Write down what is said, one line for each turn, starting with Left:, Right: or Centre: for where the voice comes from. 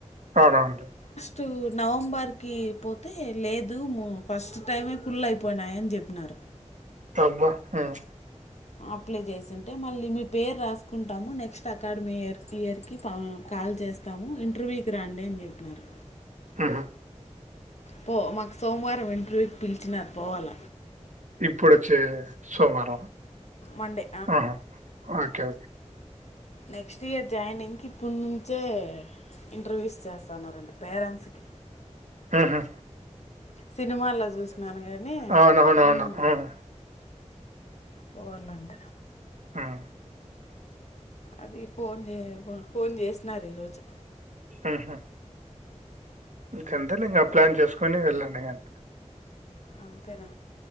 Right: ఆరంగే
Left: తు నవంబర్కి పోతే లేదు ము ఫస్ట్ టైమే ఫుల్ అయిపోయినాయి అని జేప్పినారు
Right: ఇబ్బ హ్మ్
Left: అప్లై చేసింటే మళ్ళీ మీ పేరు రాసుకుంటాము నెక్స్ట్ అకాడమీ ఇయర్ ఇయర్కి కాల్ చేస్తాము ఇంటర్వ్యూకి రండి అని జేప్పినారు
Right: ఉహు
Left: పో మాకు సోమవారం ఇంటర్వ్యూకి పిలిచినరు పోవాల
Right: ఇప్పుడొచ్చె సోమారం
Left: మండే
Right: ఆహా ఓకే
Left: నెక్స్ట్ ఇయర్ జాయినింగ్ కి ఇప్పుడు నుంచే ఇంటర్వ్యూస్ చేస్తాన్నారంట పేరెంట్స్కి
Right: ఆహా
Left: సినిమాల్లో చూసినాను గానీ
Right: అవునవునవును
Left: హ్మ్
Right: ఉమ్,
Left: పోవలంట
Right: మ్
Left: అది ఫోన్ జే ఫోన్ జేసినారు ఈరోజు
Right: ఉహు ఇంకంతెలే ఇంగ ప్లాన్
Left: అంత
Right: చేసుకొని వెళ్ళండి గని
Left: అంతేనా